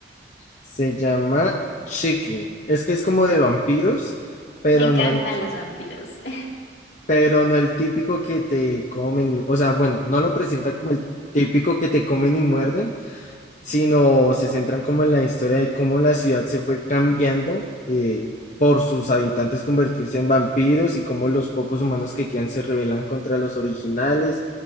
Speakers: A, on the left; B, on the left.
A: se llama Chucky. Es que es como de vampiros, pero
B: Me encantan
A: no el,
B: los vampiros. <laughs>
A: pero no el típico que te comen y, o sea, bueno, no lo presentan como el típico que te comen y muerden, sino se centran como en la historia de cómo la ciudad se fue cambiando eh, por sus habitantes convertirse en vampiros y cómo los pocos humanos que quedan se rebelan contra los originales.